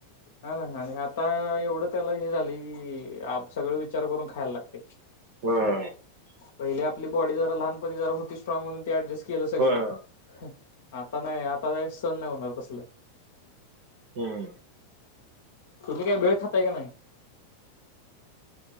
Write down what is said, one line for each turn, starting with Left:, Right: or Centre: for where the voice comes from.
Left: हं नां आणि आंता एवढं त्यांला हे झाले की पुढं विचारं करूंन खांयला लागते
Right: व्हांय
Left: पहिले आपली बॉडी जरां लहांनपणी जरां होती स्ट्राग म्हणूंन ते ऍडजस्ट केलं सगळं
Right: होय
Left: आंता नाहीं आंता ते संण नाहीं होणारं तसले
Right: हम्मं
Left: तुम्हीं कांहीं भेळ खांताय कां नाहीं